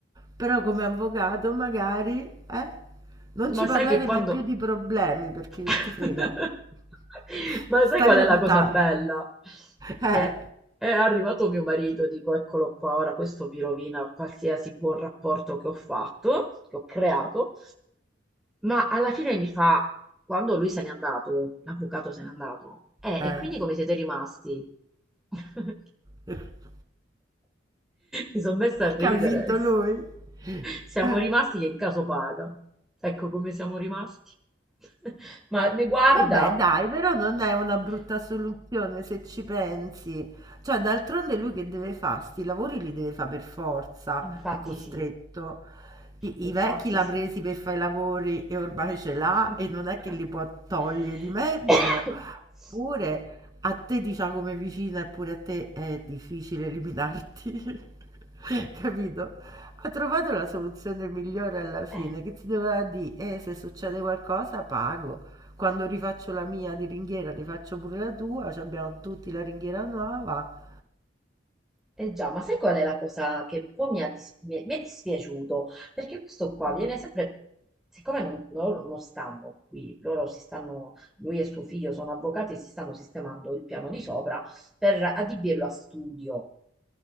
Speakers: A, on the right; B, in the centre.
A: però come avvocato magari, eh, non
B: Ma
A: ci
B: sai
A: parlare
B: che quando,
A: mai più di problemi perché
B: <laughs>
A: ti frega, <laughs>
B: Ma sai
A: stai
B: qual
A: lontano.
B: è la cosa bella?
A: Eh,
B: Che è arrivato mio marito, dico, eccolo qua, ora questo mi rovina qualsiasi buon rapporto che ho fatto, che ho creato, ma alla fine mi fa, quando lui se n'è andato, l'avvocato se n'è andato, eh,
A: eh,
B: e quindi come siete rimasti? <laughs>
A: <laughs>
B: Mi sono messa a ridere.
A: che ha vinto lui.
B: Siamo
A: Eh.
B: rimasti che in caso paga. Ecco come siamo rimasti. <laughs> Ma mi guarda.
A: Vabbè, dai, però non è una brutta soluzione se ci pensi. Cioè, d'altronde lui che deve fare? Sti lavori li deve fare per forza,
B: Infatti
A: è costretto.
B: sì,
A: I,
B: infatti
A: i vecchi l'ha
B: sì.
A: presi per fare i lavori e ormai ce l'ha
B: <coughs>
A: e non è che li può togliere di mezzo.
B: <laughs>
A: Pure a te, diciamo, come vicina, e pure a te è difficile eliminarti, <laughs> capito? Ha trovato la soluzione migliore alla fine,
B: Eh.
A: che ti doveva dire, eh, se succede qualcosa pago. Quando rifaccio la mia di ringhiera, rifaccio pure la tua, ci abbiamo tutti la ringhiera nuova.
B: Eh già, ma sai qual è la cosa che un po' mi ha dis- mi è, mi è dispiaciuto? Perché questo qua
A: Eh.
B: viene sempre, siccome non, loro non stanno qui, loro si stanno, lui e suo figlio sono avvocati e si stanno sistemando il piano di sopra per adibirlo a studio.